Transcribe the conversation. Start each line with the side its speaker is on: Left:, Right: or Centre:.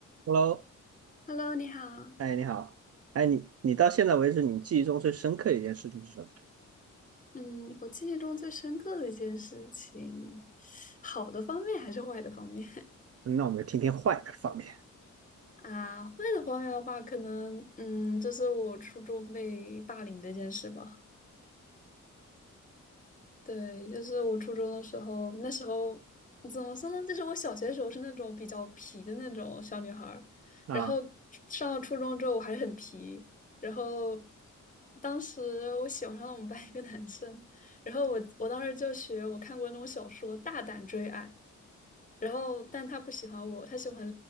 Right: Hello，
Left: Hello，你好。
Right: 哎，你好，哎，你你到现在为止，你记忆中最深刻的一件事情是什么？
Left: 嗯，我记忆中最深刻的一件事情，好的方面还是坏的方面
Right: 嗯那我们就听听坏的方面
Left: <laughs> 啊？坏的方面的话，可能嗯，就是我初中被霸凌的一件事吧。对，就是我初中的时候，那时候怎么说呢？就是我小学的时候是那种比较皮的那种小女孩儿，
Right: 啊。
Left: 然后上了初中之后我还是很皮，然后当时我喜欢上了我们班一个男生，然后我我当时就学我看过那种小说《大胆追爱》，然后但他不喜欢我，他喜欢